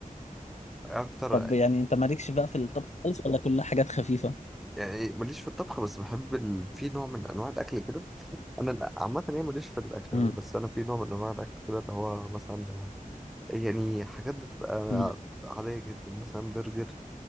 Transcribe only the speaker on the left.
طب يعني انت مالكش بقى في الطبخ خالص ولا كلها حاجات خفيفة
مم.
مم.